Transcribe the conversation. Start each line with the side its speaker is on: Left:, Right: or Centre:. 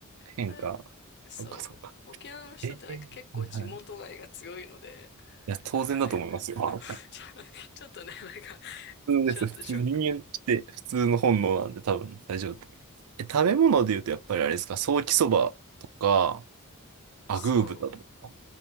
Right: 変化。
Left: まあそう。
Right: そっかそっか。
Left: 沖縄の人ってなんか結構地元愛が強いので、
Right: ええはい。いや、当然だと思いますよ。
Left: なんか <laughs> ちょ、<laughs> ちょっとね、なんか、
Right: 普通です。
Left: ちょっとショック。
Right: 普通、人間って普通の本能なんで多分大丈夫だと思います。え、食べ物で言うとやっぱりあれですか、ソーキそばとか、アグー豚とか。
Left: そう。